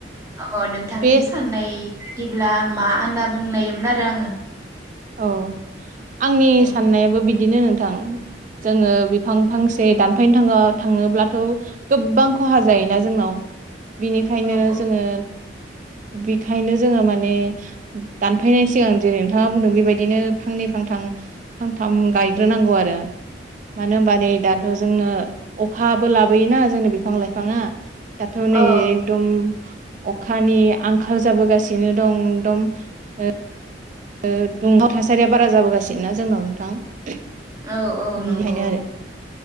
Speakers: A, on the right; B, on the right.
A: अ नोंथांनि
B: बे
A: साननाय बिदिब्ला मा होनना बुंनायदोंमोन आरो आङो
B: औ आंनि
A: आङो
B: साननायाबो बिद बिदिनो नोंथां जोङो बिफां फांसे दान फायनो थाङो थाङोब्लाथ' गोबां खहा जायोना जोंनाव बिनिखायनो
A: औ
B: जोङो बेखायनो जोङो माने दानफायनायनि सिगां जेरै नोंथाङा बुंदों बे बेबायदिनो फांनै फांथाम फांथाम गायग्रोनांगौ आरो मानो होनबा नै दाथ' जोंनो अखाबो लाबोयोना जोंनो बिफां लाइफाङा दाथ' नै
A: औ
B: एकदम अखानि आंखाल जाबोगासि बिनो दं दम ओ ओ दुंहाव थासारिया बारा जाबोगासिनो ना जोंनाव नोंथां
A: औ औ
B: बेनिखायनो
A: नंगौ
B: आरो